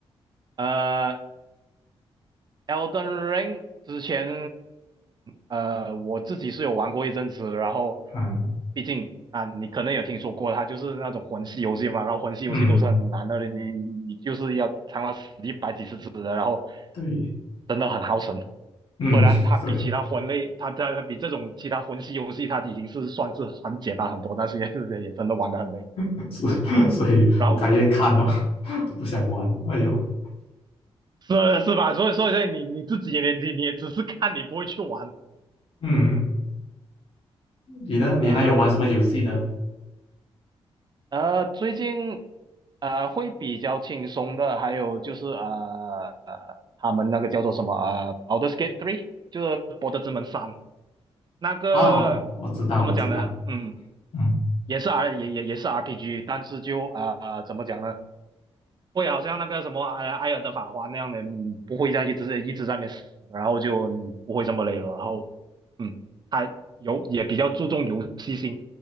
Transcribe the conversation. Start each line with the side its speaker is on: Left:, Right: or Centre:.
Right: 呃，Elden Ring 之前，呃，我自己是有玩过一阵子，然后
Left: 嗯，
Right: 毕竟啊，你可能有听说过，它就是那种魂系游戏嘛，然后魂系游戏都是很难的，
Left: 嗯，
Right: 你你你就是要尝到死一百几十次的，然后
Left: 对，
Right: 真的很耗神。
Left: 嗯，
Right: 虽然它比其他魂类，
Left: 对，
Right: 它它它比这种其他魂系游戏，它已经是算是很简单很多，但是也是也真的玩得很累。
Left: <laughs> 是，所以我感觉看了，
Right: 然后
Left: <laughs> 我不想玩。哎呦，
Right: 是是吧？所以所以所以你你自己也你你也只是看，你不会去玩。
Left: 嗯，你呢？
Right: 嗯、
Left: 你还有玩什么游戏呢？
Right: 呃，最近呃会比较轻松的，还有就是呃呃，他们那个叫做什么啊，呃《Baldur's Gate three，就是《博德之门三》那个怎么讲呢？
Left: 哦，我知道，我知道。
Right: 嗯，
Left: 嗯
Right: 也是 R 也也也是 RPG，但是就啊、呃怎么讲呢？会啊好像那个什么埃埃尔的法环那样的，你不会这样一直一直在那边死，然后就你不会这么累了。然后，嗯，他有也比较注重游戏性，